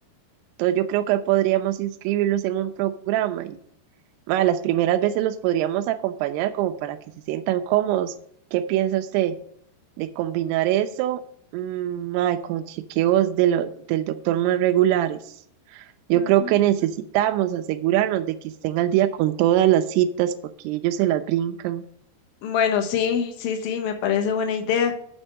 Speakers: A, on the right (about 90°); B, on the left (about 70°).
A: Entonces yo creo que podríamos inscribirlos en un programa y ma, las primeras veces los podríamos acompañar como para que se sientan cómodos. ¿Qué piensa usted de combinar eso mm, ma, con chequeos de lo- del doctor más regulares? Yo
B: ujú.
A: creo que necesitamos asegurarnos de que estén al día con todas las citas porque ellos se las brincan.
B: Bueno, sí, sí, sí, me parece buena idea.